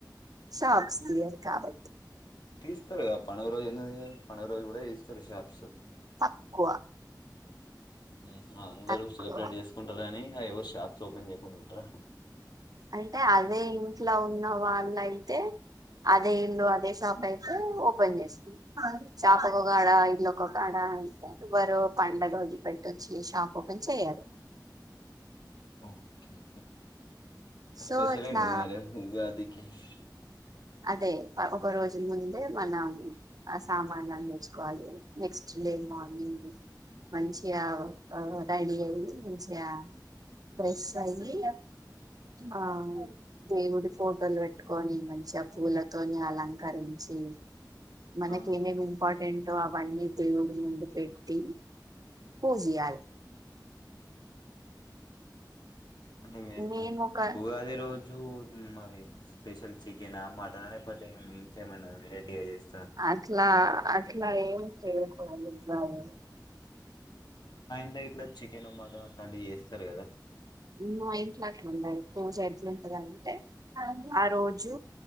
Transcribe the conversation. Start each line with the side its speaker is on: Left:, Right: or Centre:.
Right: షాప్స్ తియ్యరు కాబట్టి.
Left: తీస్తారు గదా పండుగ రోజు ఎందుకు తియ్యరు పండగ రోజు కూడా తీస్తారు షాప్స్
Right: తక్కువ
Left: ఉహు అందరూ
Right: తక్కువ
Left: సెలబ్రేట్ చేసుకుంటారని ఎవరు షాప్స్ ఓపెన్ చేయకుండా ఉంటారా
Right: అంటే అదే ఇంట్ల ఉన్న వాళ్లయితే అదే ఇల్లు అదే షాప్ అయితే ఓకె పని చేసుకుంటారు షాప్ ఒక కాడ ఇల్లు ఒక కాడ ఎవరూ పండగ వదిలిపెట్టి వచ్చి షాప్ ఓపెన్ చేయరు.
Left: ఓకే
Right: సో
Left: స్పెషల్
Right: ఇట్లా
Left: ఏంటిది మరే ఉగాది. డిష్
Right: అదే ఒక రోజు ముందే మనం ఆ సామాన్లన్నీ తెచ్చుకోవాలి. నెక్స్ట్ డే మార్నింగ్ మంచిగా రెడీ అయి మంచిగా ఫ్రెష్ అయ్యి ఆ దేవుడి ఫోటోలు పెట్టుకొని మంచిగా పూలతోని అలంకరించి మనకి
Left: ఆ
Right: ఏం ఏం ఇంపార్టెంట్ నువ్వు అవన్నీ దేవుడి ముందు పెట్టి పూజియాలి.
Left: అంటే <unintelligible>
Right: మేము ఒక
Left: ఉగాది రోజు జు మరి స్పెషల్ చి చికెనా, మటనా లేకపోతే మీ ఇంట్ల ఏమన్నా వెరైటీగా చేస్
Right: అట్లా అట్లా ఏం చేసుకోము ఉగాది
Left: మీరు గిట్ల చికెను, మటన్ అట్లాంటివి చేస్తారు గదా
Right: మ్ మా ఇంట్లో అట్లా ఉండదు. పూజ ఎట్లుంటదంటే ఆ రోజు